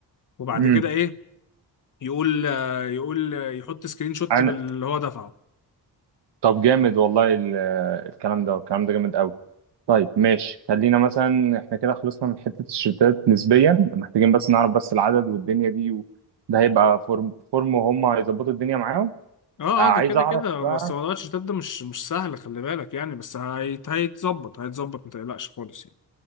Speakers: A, on the left (about 45°); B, on the right (about 75°).
A: وبعد
B: امم
A: كده ايه يقول آه، يقول آه، يحط سكرين شوت
B: انا
A: باللي هو دفعه
B: طب جامد والله ال- الكلام ده الكلام ده جامد قوي طيب ماشي خلينا مثلا احنا كده خلصنا من حتة الشتات نسبيا محتاجين بس نعرف بس العدد والدنيا دي و... ده هيبقى فورم فورم وهم هيظبطوا الدنيا معاهم
A: اه
B: آه، عايز
A: اه ده كده
B: اعرف
A: كده
B: بقى
A: بس موضوع الشتات ده مش مش سهل خلي بالك يعني بس هيت- هيتظبط هيتظبط ما تقلقش خالص يعني